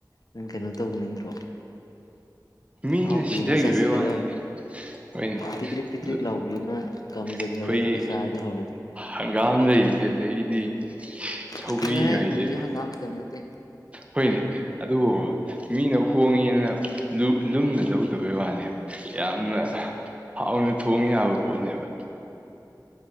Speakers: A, on the left (about 60°); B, on the right (about 15°).
A: ꯅꯪ ꯀꯩꯅꯣ ꯇꯧꯅꯤꯡꯗ꯭ꯔꯣ
B: ꯃꯤꯅ
A: ꯑꯍꯥꯎꯕꯤ
B: ꯁꯤꯊꯈꯤꯕꯒꯤ
A: ꯑꯃ ꯆꯥꯁꯤꯜꯂꯒ
B: ꯋꯥꯅꯤ ꯍꯣꯏꯅꯦ
A: ꯄꯤꯗ꯭ꯔꯤꯛ ꯄꯤꯗ꯭ꯔꯤꯛ
B: ꯑꯗꯨ
A: ꯂꯥꯎꯕꯤ ꯑꯃ ꯀꯥꯝꯖꯤꯜꯂꯒ
B: ꯑꯩꯈꯣꯏꯒꯤ
A: ꯑꯗꯨꯒ ꯆꯥꯔꯗꯤ ꯍꯧꯥꯎꯔꯣꯏꯗ꯭ꯔꯣ
B: ꯍꯪꯒꯥꯝ ꯂꯩꯔꯤ ꯑꯗꯒꯤꯗꯤ ꯁꯧꯒ꯭ꯔꯤꯒꯥꯏꯁꯦ
A: ꯑꯥꯁ ꯍꯧꯖꯤꯛ ꯍꯪꯒꯥꯝ ꯃꯇꯝꯗ ꯇ
B: ꯍꯣꯏꯅꯦ ꯑꯗꯨꯕꯨ ꯃꯤꯅ ꯍꯣꯡꯉꯦꯅ ꯂꯨꯝꯅ ꯂꯧꯗꯕꯩ ꯋꯥꯅꯦ ꯌꯥꯝꯅ ꯍꯥꯎꯅ ꯊꯣꯡꯉꯦ ꯌꯥꯕ ꯄꯣꯠꯅꯦꯕ